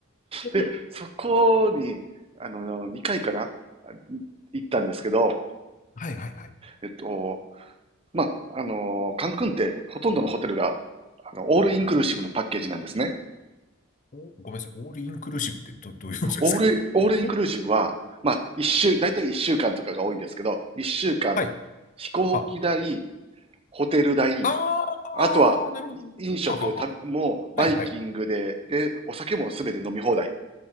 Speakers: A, on the left; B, on the right.
A: <laughs>
B: で、そこに、あの、2回かな行ったんですけど、
A: はいはいはい。
B: えっと、まあ、あのーカンクンってほとんどのホテルが、あの、オールインクルーシブのパッケージなんですね。
A: おごめんなさい。オールインクルーシブってど、どういうことですか
B: オール、オールインクルーシブは、
A: <laughs>
B: まあ、一週、だいたい一週間とかが多いんですけど、一週間、
A: はい。
B: 飛行機代、
A: は
B: ホテル代、
A: あ。
B: あとは、
A: あー、なるほど。
B: 飲食、
A: はははは。
B: たもう、バイキングで、
A: はいはい。
B: で、お酒もすべて飲み放題っ